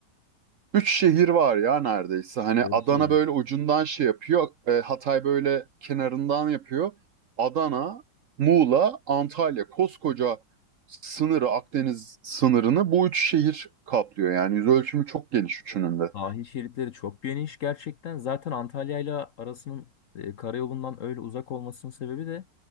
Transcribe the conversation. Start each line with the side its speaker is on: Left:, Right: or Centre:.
Right: Üç şehir var ya neredeyse. Hani
Left: Doğru
Right: Adana
Left: söylüyorsun.
Right: böyle ucundan şey yapıyor. e, Hatay böyle kenarından yapıyor. Adana, Muğla, Antalya. Koskoca sınırı, Akdeniz sınırını bu üç şehir kaplıyor. Yani yüz ölçümü çok geniş üçünün de.
Left: Sahil şeritleri çok geniş gerçekten. Zaten Antalya'yla arasının e, karayolundan öyle uzak olmasının sebebi de